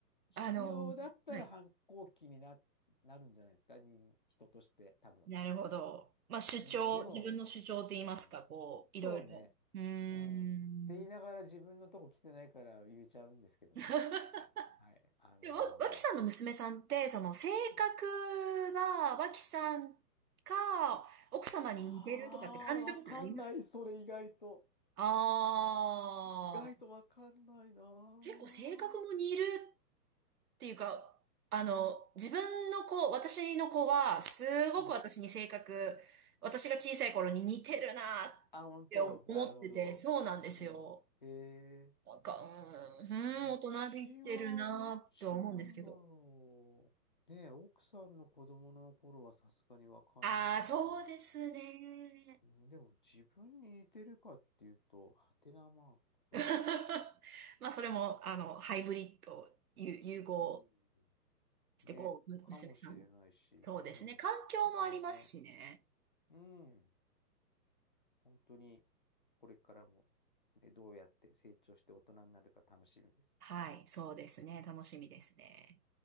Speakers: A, on the left; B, on the right.
A: 必要だったら反抗期にな、
B: あの、はい。
A: なるんじゃないですか、人、人として、多分。
B: なるほど。まあ、主張、
A: うん、でも、
B: 自分の主張って言いますか、
A: うん、
B: こう、いろいろ。
A: そうね。
B: うーん。
A: うん。って言いながら自分のとこ来てないから言えちゃうんですけどね。
B: <laughs>
A: はい。あの
B: で、わ、脇さんの娘さんって、その性格
A: ーうん
B: は、脇さんか、奥様に似てるとかって感じたことあります
A: ああ、わかんない、それ意外と。
B: ああー、
A: 意外とわかんないなぁ。
B: 結構性格も似るっていうか、あの、自分の子、私の子は、すごく私に性格、
A: うん。
B: 私が小さい頃に似てるなって思ってて、
A: あ、本当。なるほど。
B: そうなんですよ。
A: うん。へえ。
B: なんか、うーん、
A: うちはどっちなんだろう。
B: うーん大人びってるなって思うんですけど。
A: ねえ、奥さんの子供の頃はさすがにわかんないので。
B: ああ、そうですね。
A: うん、でも自分に似てるかっていうと、ハテナマークは。
B: <laughs> まあ、それも、あの、ハイブリッド、ゆ融合
A: うん。
B: して、
A: ね、
B: こう、む娘さんも。
A: かもしれないし。うん。
B: そうですね。環境もありますしね。
A: ねえ。うん。本当にこれからも、ね、どうやって成長して大人になるか楽しみです。
B: はい、そうですね。楽しみですね。